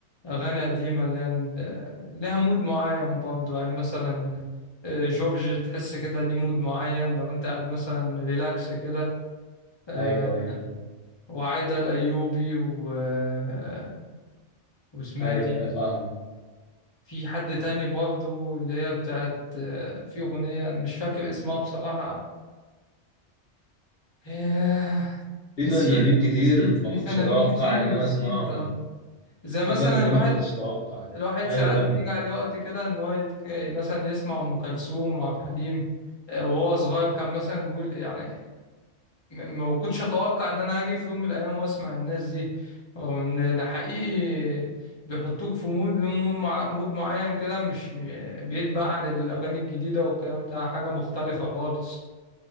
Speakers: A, on the left (about 25°); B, on the left (about 60°).
A: أغاني قديمة اللي هي- لها مود معين برضو يعني مثلا آه، جورج تحس كده ليه مود معين لو أنت قاعد مثلا ريلاكس كده آه،
B: ايوه ايوه
A: وعايدة الأيوبي و آه، واسمها
B: ايوه
A: دي
B: ايوه فاهم
A: في حد تاني برضو اللي هي بتاعت آه، في أغنية أنا مش فاكر اسمها بصراحة آه،
B: في
A: نسيت
B: فنانين كتير
A: نسيت
B: ما
A: في
B: كنتش
A: فنانين
B: اتوقع
A: كتير
B: ان
A: نسيت
B: انا اسمعهم
A: اه زي مثلا
B: في فنانين
A: الواحد
B: ما كنتش اتوقع
A: الواحد
B: ايوه
A: ساعات
B: كمل
A: بيجي عليه وقت كده ان هو يتك... مثلا يسمع ام كلثوم وعبد الحليم آه، وهو صغير كان مثلا بيقول يعني م- ما كنتش اتوقع ان انا هاجي في يوم من الايام واسمع الناس دي رغم ان ده حقيقي بيحطوك في مود له مو- مع- مود معين كده مش م- بعيد بقى عن الاغاني الجديده والكلام ده حاجه مختلفه خالص